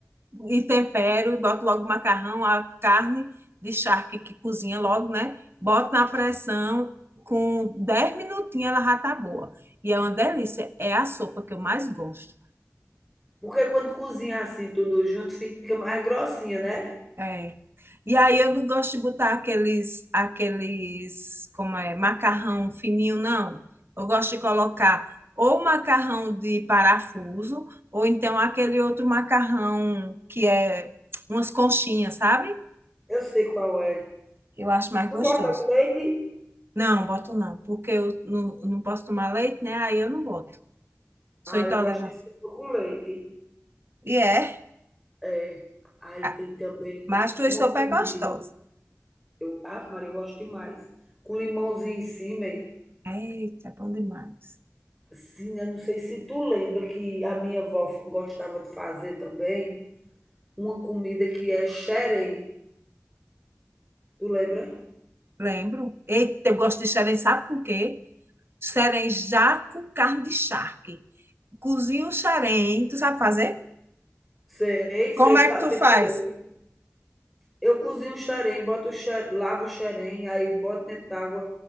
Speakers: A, on the right (about 50°); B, in the centre.
A: e tempero, e boto logo o macarrão, a carne de charque que cozinha logo, né? Boto na pressão, com 10 minutinhos ela já tá boa. E é uma delícia, é a sopa que eu mais gosto.
B: Porque quando cozinha assim tudo junto, fica mais grossinha, né?
A: É. E aí eu não gosto de botar aqueles, aqueles, como é, macarrão fininho, não. Eu gosto de colocar ou macarrão de parafuso, ou então aquele outro macarrão que é umas conchinhas, sabe?
B: Eu sei qual é.
A: Eu acho mais
B: Tu
A: gostoso.
B: bota leite?
A: Não, boto não, porque eu não, não posso tomar leite, né? Aí eu não boto. Sou
B: Ah,
A: intolerante.
B: eu gosto de sopa com leite.
A: E é?
B: É. Aí
A: Ah,
B: tem também
A: mas tua
B: uma
A: sopa
B: comida.
A: é gostosa.
B: Eu, Ave Maria, eu gosto demais. Com limãozinho em cima, hein?
A: Eita, é bom demais.
B: Sim, eu não sei se tu lembra que a minha avó fa- gostava de fazer também uma comida que é xerém. Tu lembra?
A: Lembro. Eita, eu gosto de xerém, sabe com o quê? Xerém já com carne de charque. Cozinha o xerém, tu sabe fazer?
B: Sei, sei
A: Como
B: que
A: é
B: fa
A: que tu
B: sei
A: faz?
B: fazer. Eu cozinho o xerém, boto o xe lavo o xerém, aí boto dentro d'água,